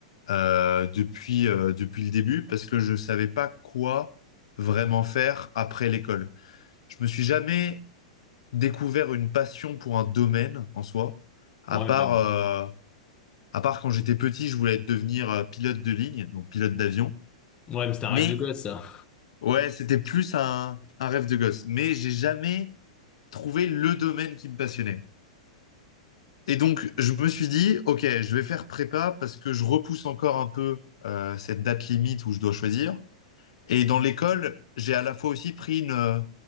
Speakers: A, on the left; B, on the left.
A: euh, depuis, euh, depuis le début parce que je savais pas quoi vraiment faire après l'école. Je me suis jamais découvert une passion pour un domaine en soi, à
B: Ouais,
A: part,
B: bah,
A: euh, à part quand j'étais petit, je voulais devenir euh, pilote de ligne, donc pilote d'avion.
B: ouais, mais c'est un
A: Mais
B: rêve de gosse, ça.
A: ouais, c'était plus un, un rêve de gosse. Mais j'ai jamais trouvé le domaine qui me passionnait. Et donc, je me suis dit, OK, je vais faire prépa parce que je repousse encore un peu euh, cette date limite où je dois choisir. Et dans l'école, j'ai à la fois aussi pris une, euh,